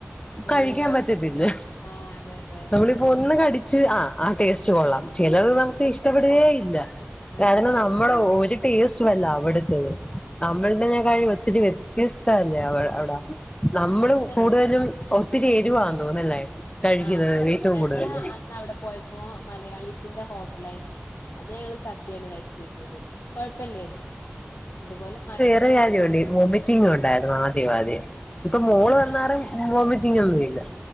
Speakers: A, on the left; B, on the left.
A: ഇല്ലല്ല
B: കഴിക്കാൻ പറ്റത്തില്ല
A: ആ അതെ അതെ
B: നമ്മള് ഒന്ന് കടിച്ച് ആഹ് ആ ടേസ്റ്റ് കൊള്ളാം ചിലത്
A: ആ
B: നമുക്ക് ഇഷ്ടപ്പെടുകേ ഇല്ല കാരണം
A: അതെ
B: നമ്മ നമ്മളെ ഒരു ടേസ്റ്റും അല്ല അവിടുത്തത് നമ്മളടെതിനെക്കാട്ടിലും
A: ഉം
B: ഒത്തിരി വ്യത്യസ്ത അല്ലേ അവി അവിടെ
A: ആ
B: നമ്മള്
A: പക്ഷെ
B: കൂടുതലും ഒത്തിരി എരുവാന്ന് തോന്നുന്നല്ലേ കഴിക്കുന്നത്
A: ആഹ് ഞ
B: ഏറ്റവും
A: ഞങ്ങള്
B: കൂടുതലും
A: അന്ന് അവിടെ പോയപ്പോ മലയാളീസിന്റെ ഹോട്ടലിൽ ആയിരുന്നു അന്ന് ഞങ്ങള് സദ്യയാണ് കഴിച്ചിരുന്നത് കുഴപ്പില്ലന്ന് ഇതുപോലെ
B: കാര്യ വൊമിറ്റിംഗ് ഉണ്ടായിരുന്നു ആദ്യം ആദ്യം ഇപ്പൊ
A: ആണോ
B: മോള് വന്നാറും വോമിറ്റിംഗ ഒന്നും ഇല്ല